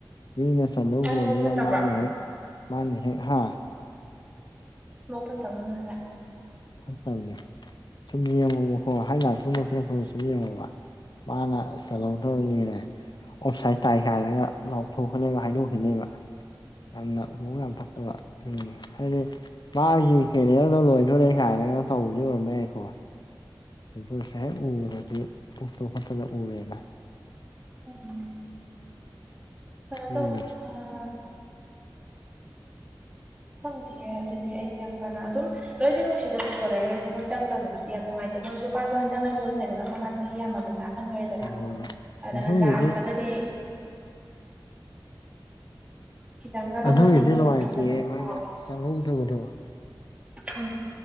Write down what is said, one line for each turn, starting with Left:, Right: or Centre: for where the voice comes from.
Left: ꯃꯤꯅ ꯆꯟꯗꯧ
Right: ꯃꯥ
Left: ꯍꯣꯣꯟꯗꯨꯅ
Right: ꯃꯕꯨꯛ ꯐꯠꯇꯕ꯭ꯔꯣ
Left: ꯃꯥꯅ ꯍꯦꯛ ꯃꯥꯅꯦ ꯍꯥ
Right: ꯃꯣꯄꯠꯇꯕꯒ
Left: ꯐꯠꯇꯕꯅꯦ ꯁꯨꯝ ꯌꯦꯡꯉꯣꯕ ꯍꯣꯏ ꯍꯥꯏ ꯂꯥꯏꯀꯨꯝꯕ ꯄꯤꯔꯛꯄꯗ ꯁꯨꯝ ꯌꯦꯡꯉꯣꯕ ꯃꯥꯅ ꯁꯂꯇ ꯏꯜꯂꯤꯉ꯭ꯔꯦ ꯑꯣꯞꯁꯥꯏꯠ ꯇꯥꯏꯈꯥꯏꯔꯒ ꯂꯥꯎꯊꯣꯛꯀꯅꯦꯕ ꯍꯥꯏꯗꯣꯛꯈꯤꯅꯦꯕ ꯌꯥꯝꯅ ꯃꯑꯣꯡ ꯌꯥꯝ ꯐꯠꯇꯕ ꯎꯝ ꯍꯥꯏꯗꯤ ꯃꯥꯒꯤ ꯀꯦꯔꯤꯌꯔꯗꯣ ꯂꯣꯏꯅꯣꯔꯦ ꯀꯥꯏꯅꯒ ꯇꯧꯕꯗꯤ ꯑꯣꯏꯔꯝꯕ ꯌꯥꯏꯀꯣ ꯑꯗꯨ ꯁꯥꯏ ꯎꯔꯗꯤ ꯄꯨꯇꯣ ꯐꯠꯇꯗ ꯎꯔꯦꯅ
Right: <unintelligible> ꯀꯩꯅꯣ
Left: ꯎꯝ
Right: ꯇꯧꯕꯅꯦ ꯑꯥ ꯈꯪꯗꯤꯌꯦ ꯑꯗꯨꯗꯤ ꯑꯩꯗꯤ ꯌꯥꯝ ꯀꯥꯟꯅ ꯑꯗꯨꯝ ꯂꯣꯏꯅ ꯅꯨꯡꯁꯤꯗ ꯐꯨꯠꯕꯣꯜ ꯂꯩꯔꯒꯈꯩꯦ ꯃꯣꯏ ꯆꯪꯗꯕꯕꯨꯗꯤ ꯌꯥꯝ ꯅꯨꯡꯉꯥꯏꯇꯦ ꯃꯣꯏꯁꯨ ꯃꯥꯁꯨ ꯍꯟꯗꯛꯅꯟ ꯂꯣꯏꯈꯗꯅꯀꯣ ꯃꯥ ꯆꯍꯤ ꯌꯥꯝꯃꯕꯅ ꯑꯍꯜ ꯑꯣꯏꯔꯦꯗꯅ
Left: ꯂꯣꯏꯔꯦ
Right: ꯑꯗ
Left: ꯑꯗꯨꯒꯤꯗꯤ
Right: ꯂꯥꯁꯇꯒꯗꯤ ꯈꯤꯇꯪꯒ ꯂꯧꯍꯟꯅꯤꯡꯕꯗꯣ
Left: ꯑꯗꯨꯒꯤꯗꯤ ꯅꯨꯡꯉꯥꯏꯇꯦꯌꯦ
Right: ꯋꯥꯈꯟꯗꯒ ꯐꯦꯎꯋꯤ
Left: ꯃꯥꯅ ꯆꯪꯍꯧꯗꯕꯗꯣ
Right: ꯑ